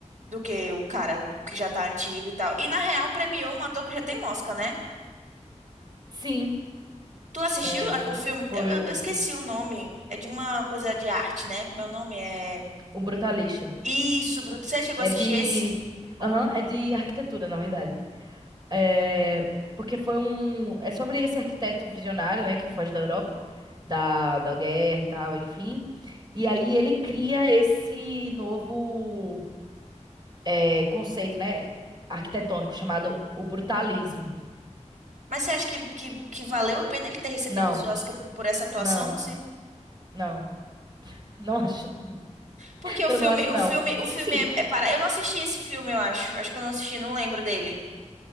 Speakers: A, on the right (about 80°); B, on the right (about 35°).
A: do que o cara que já tá antigo e tal. E na real premiou um ator que já tem um Oscar, né?
B: Sim,
A: Tu assistiu
B: é, f-
A: a- o filme?
B: foi
A: Eu, eu-
B: o
A: eu esqueci o nome. É de uma coisa de arte, né? Como é o nome? É.
B: O Brutalista.
A: Isso, Bruto. Você chegou
B: É
A: a assistir
B: de.
A: esse?
B: Aham, é de arquitetura, na verdade. É. Porque foi um. É sobre esse arquiteto visionário, né? Que foge da Europa, da, da guerra e tal, enfim. E aí ele cria esse novo é, conceito, né? Arquitetônico chamado o brutalismo.
A: Mas você acha que, que, que valeu a pena ele ter recebido
B: Não,
A: esse Oscar por, por essa atuação,
B: não,
A: assim?
B: não. Não <laughs> acho.
A: Porque o
B: Eu
A: filme,
B: não acho,
A: o
B: não.
A: filme, o filme
B: Assim.
A: é, é para. Eu não assisti esse filme, eu acho. Acho que eu não assisti, não lembro dele.